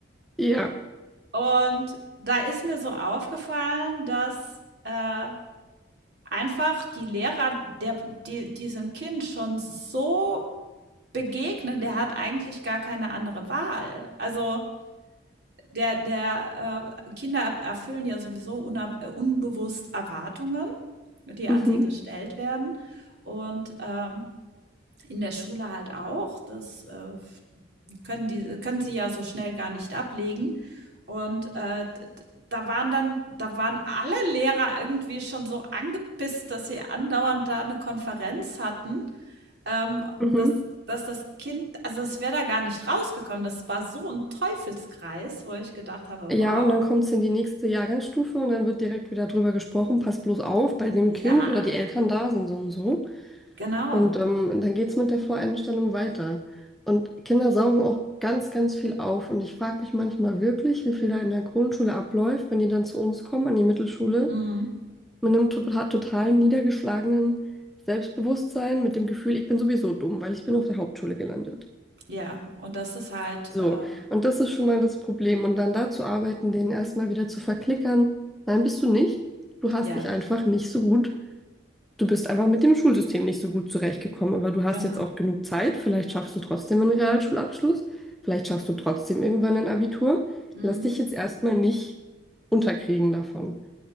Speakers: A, in the centre; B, on the right (about 55°).
A: Ja.
B: Und da ist mir so aufgefallen, dass, äh einfach die Lehrer, der, die diesem Kind schon so begegnen, der hat eigentlich gar keine andere Wahl. Also der, der äh, Kinder erfüllen ja sowieso unab- äh, unbewusst Erwartungen, die
A: Mhm.
B: an sie gestellt werden. Und ähm, in der Schule halt auch. Das, äh, können, die, können sie ja so schnell gar nicht ablegen. Und äh, da waren dann, da waren alle Lehrer irgendwie schon so angepisst, dass sie andauernd da eine Konferenz hatten, ähm,
A: Mhm.
B: dass, dass das Kind, also es wäre da gar nicht rausgekommen. Das war so ein Teufelskreis, wo ich gedacht habe,
A: Ja,
B: wow,
A: und dann kommt es in die nächste Jahrgangsstufe und dann wird direkt wieder drüber gesprochen, passt bloß auf, bei dem
B: ja,
A: Kind oder die Eltern da sind so und so.
B: genau.
A: Und ähm, dann geht es mit der Voreinstellung weiter. Und Kinder saugen auch ganz, ganz viel auf. Und ich frage mich manchmal wirklich, wie viel da in der Grundschule abläuft, wenn die dann zu uns kommen, an die Mittelschule,
B: Mhm.
A: mit einem total, total niedergeschlagenen Selbstbewusstsein, mit dem Gefühl, ich bin sowieso dumm, weil ich bin auf der Hauptschule gelandet.
B: Ja, und das ist halt,
A: So,
B: äh,
A: und das ist schon mal das Problem. Und dann dazu arbeiten, den erstmal wieder zu verklickern. Nein, bist du nicht. Du hast
B: ja,
A: dich einfach nicht so gut. Du bist einfach mit dem Schulsystem nicht so gut zurechtgekommen, aber du hast
B: genau.
A: jetzt auch genug Zeit. Vielleicht schaffst du trotzdem einen Realschulabschluss. Vielleicht schaffst du trotzdem irgendwann ein Abitur.
B: Mhm.
A: Lass dich jetzt erstmal nicht unterkriegen davon.